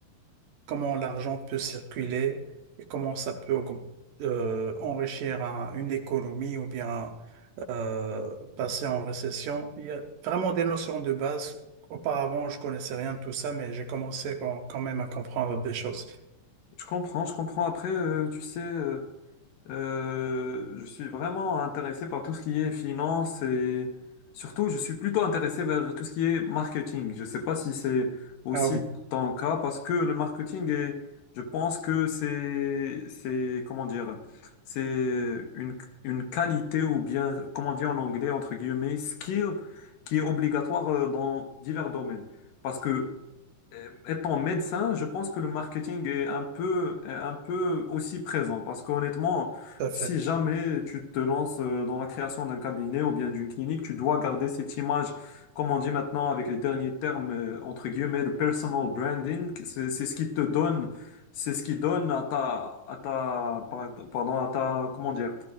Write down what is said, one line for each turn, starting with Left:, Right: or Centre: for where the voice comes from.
Right: comment l'argent peut circuler et comment ça peut augm- euh, enrichir un- une économie ou bien euh, passer en récession. Il y a vraiment des notions de base. Auparavant, je connaissais rien de tout ça, mais j'ai commencé quand, quand même à comprendre des choses.
Left: Je comprends, je comprends. Après, euh, tu sais, euh, euh, je suis vraiment intéressé par tout ce qui est finance et surtout, je suis plutôt intéressé vers tout ce qui est marketing. Je ne sais pas si c'est aussi
Right: Ah oui,
Left: ton cas parce que le marketing est, je pense que c'est, c'est, comment dire, c'est une, une qualité ou bien, comment dire en anglais, entre guillemets, skill qui est obligatoire euh, dans divers domaines. Parce que euh, Étant médecin, je pense que le marketing est un peu, est un peu aussi présent parce qu'honnêtement,
Right: tout à fait.
Left: si jamais tu te lances euh, dans la création d'un cabinet ou bien d'une clinique, tu dois garder cette image, comme on dit maintenant avec les derniers termes, euh, entre guillemets, le personal branding, c'est, c'est ce qui te donne, c'est ce qui donne à ta, à ta, pardon, à ta, comment dire,